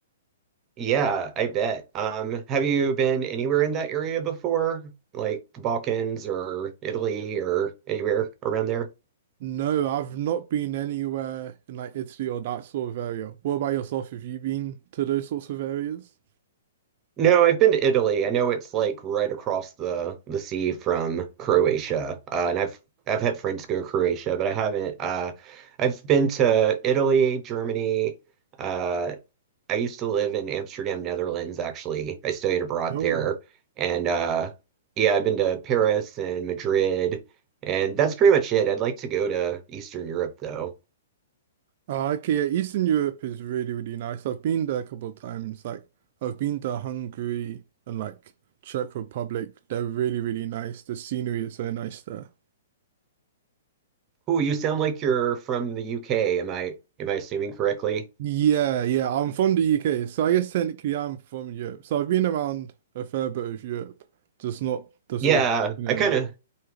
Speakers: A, on the right (about 25°); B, on the right (about 50°).
A: Yeah, I bet. Um, have you been anywhere in that area before, like the Balkans or Italy or anywhere around there?
B: No, I've not been anywhere in like Italy or that sort of area. What about yourself? Have you been to those sorts of areas?
A: No, I've been to Italy. I know it's like right across the the sea from Croatia. Uh, and I've I've had friends go to Croatia, but I haven't. Uh, I've been to Italy, Germany. Uh, I used to live in Amsterdam, Netherlands, actually. I studied abroad
B: Mm.
A: there. And uh, yeah, I've been to Paris and Madrid. And that's pretty much it. I'd like to go to Eastern Europe though.
B: Ah, okay, yeah, Eastern Europe is really, really nice. I've been there a couple of times. Like, I've been to Hungary and like Czech Republic. They're really, really nice. The scenery is so nice there.
A: Ooh, you sound like you're from the UK. Am I am I assuming correctly?
B: Yeah, yeah, I'm from the UK, so I guess technically I'm from Europe. So I've been around a fair bit of Europe, just not the sort
A: Yeah,
B: of, you know.
A: I kind of